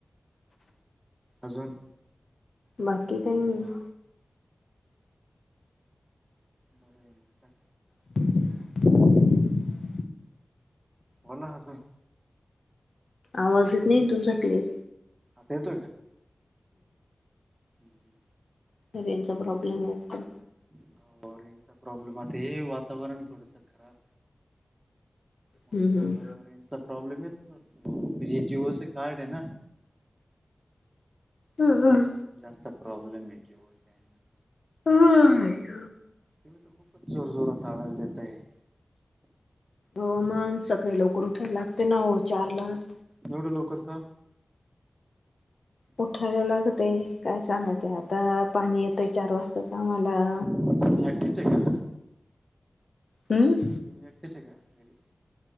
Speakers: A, on the right; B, on the left.
A: अजून,
B: बाकी काही नाही.
A: बरं आहे मग काय.
B: <inaudible>
A: बोला हसून.
B: आवाज येत नाही, तुमचा क्लेर.
A: आता येतोय हं हं.
B: रेंचा प्रॉब्लेम आहे वाटत.
A: अहो रेंचा प्रॉब्लेम आहे, वातावरण थोडंसं खराब. मग
B: हम्म
A: रेंजचा प्रॉब्लेम येतंच असतो, जिओच कार्ड आहे ना.
B: हम्म
A: जास्त प्रॉब्लेम येतोय <unintelligible>
B: आ आई.
A: तुम्ही तर खूपच जोर जोरात <unintelligible> देत आहे.
B: हो मग सकाळी लवकर उठायला लागते, ना हो चार लाच.
A: एवढं लवकर का.
B: उठायला लागते काय सांगायचं, आता पाणी येतंय चार वाजताच आम्हाला‌.
A: <unintelligible>
B: हम्म.
A: तुम्ही एकट्याच आहे, का घरी.